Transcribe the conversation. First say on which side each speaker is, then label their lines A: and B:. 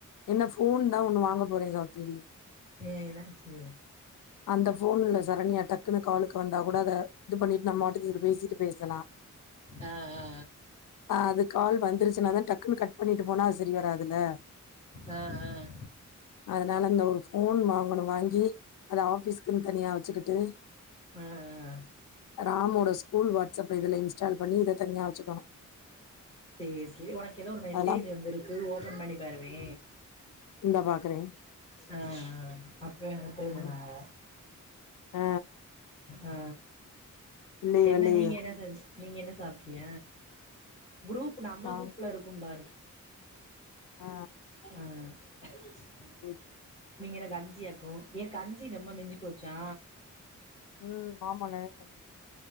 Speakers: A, on the left; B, on the left.
A: என்ன போன் தா ஒண்ணு வாங்க போறே சாவித்திரி
B: ஏ என்னாச்சு
A: அந்த போன்ல சரண்யா டக்குன்னு காலுக்கு வந்தா கூட அத இது பண்ணிட்டு நம்மாட்டக்கு இது பேசிட்டு பேசலா
B: ஆ ஆ
A: அதுக் கால் வந்துருச்சுனாதா டக்குன்னு கட் பண்ணிட்டு போனா சரி வராதுல
B: ஆ ஆ
A: அதனால இந்த ஒரு போன் வாங்கணு வாங்கி அத ஆஃபிஸ்க்குன்னு தனியா வச்சுக்கிட்டு
B: ஆ ஆ ஆ
A: ராமோட ஸ்கூல் வாட்ஸ்அப் இதுல இன்ஸ்டால் பண்ணி இத தனியா வச்சுக்கணு
B: சேரி செரி உனக்கு ஏதோ ஒரு மெசேஜ்
A: அதெல்லா
B: வந்திருக்கு ஓபன் பண்ணி பாருவே
A: இந்தா பாக்குறே
B: ஆஆ அப்பவே அனுப்புற சொன்னாங்க
A: ம் ஆ
B: ஆ
A: இல்லையே
B: என்ன
A: இல்லையே
B: நீங்க என்ன செஞ் நீங்க என்ன சாப்பிட்டிய குரூப் நம்ம
A: நா
B: குரூப்ல ருக்கும் பாரு
A: ஆ
B: ஆ <inaudible>
A: ம்
B: நீங்க என்ன கஞ்சியாக்கு ஏ கஞ்சி நொம்ப மிஞ்சி போச்சா
A: ம் ஆமா லேட்டு